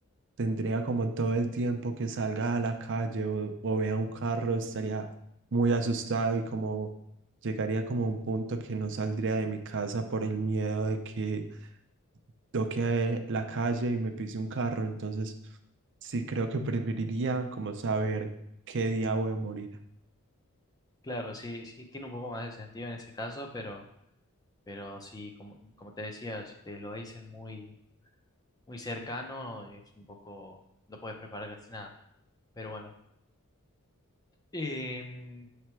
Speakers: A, on the right; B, on the left.
A: tendría como todo el tiempo que salga a la calle o, o vea un carro, estaría muy asustado y como llegaría como a un punto que no saldría de mi casa por el miedo de que toqué la calle y me pise un carro, entonces sí creo que preferiría como saber qué día voy a morir.
B: claro, sí, sí, tiene un poco más de sentido en ese caso, pero, pero sí, como, como te decía, si te lo dicen muy muy cercano, es un poco, no puedes preparar casi nada, pero bueno. Em,